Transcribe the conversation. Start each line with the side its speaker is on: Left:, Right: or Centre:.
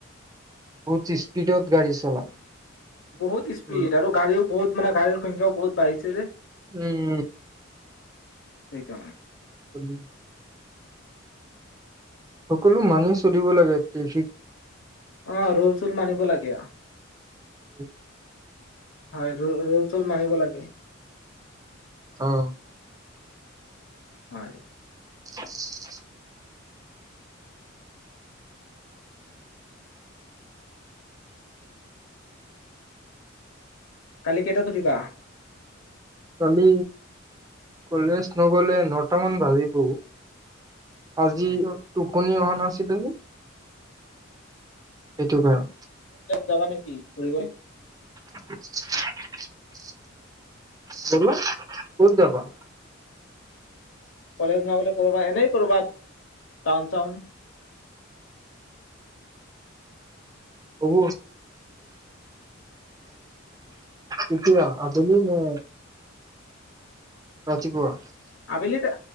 Right: বহুত স্পীডত গা়ী চলায়।
Left: বহুত স্পিড
Right: উম,
Left: আৰু গাড়ীও বহুত মানে গাড়ীৰ সংখ্যাও বহুত বাঢ়িছে যে।
Right: উম।
Left: সেই কৰনে।
Right: উম। সকলো মানি চলিব লাগে একি শিক
Left: অ ৰোল চোল মানিব লাগে
Right: <unintelligible>
Left: হয় ৰোল মানিব লাগে।
Right: অ'
Left: হয়।
Right: <inaudible>
Left: কালি কেইটাত উঠিবা
Right: কালি কলেজ নগ'লে নটামান বাজিব, আজি
Left: হয়
Right: ত কুনি অহা নাছিলো এইটো কাৰণ
Left: যাবা <unintelligible>
Right: <inaudible> ব ক'ত যাবা
Left: কলেজ নগলে কৰবা এনেই কৰবাত টাউন চাউন
Right: হ'ব তেতিয়া <inaudible> আবেলি নে ৰাতিপুৱা
Left: আবেলি